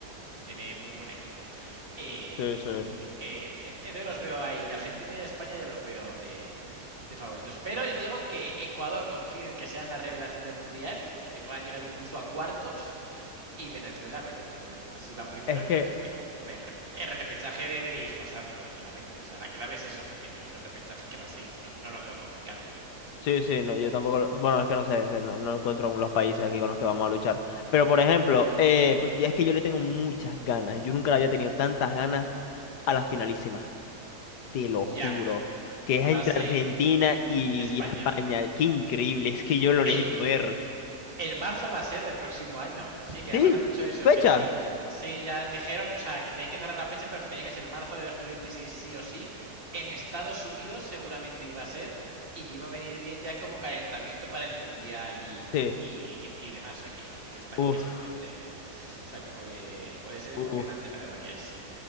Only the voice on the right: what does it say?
tiene muy buen equipo eh,
y
es temible. Eh, entonces los veo ahí, Argentina y España yo los veo de, de favoritos. Pero ya te digo que Ecuador confío en que sean la revelación del Mundial y que puedan llegar incluso a cuartos. Y Venezuela, a ver, a ver si va primero,
que yo creo que, hombre, el, rep el repechaje deberíais pasarlo tranquilamente. O sea, la clave es eso, que vayáis al repechaje y que paséis. No, no lo veo complicado.
Ya,
va a ser,
y España.
En,
En marzo va a ser del próximo año. Sí, que
además han dicho eso,
que sí, sí, ya dijeron, o sea, que tenían que cerrar las fechas, pero que tenía que ser marzo de 2026, sí o sí. En Estados Unidos seguramente iba a ser y que iba a venir bien ya como calentamiento para el Mundial y,
y, y demás. O sea, que, que, está
bien que se enfrenten. O sea, que puede, puede ser emocionante,
la verdad que sí.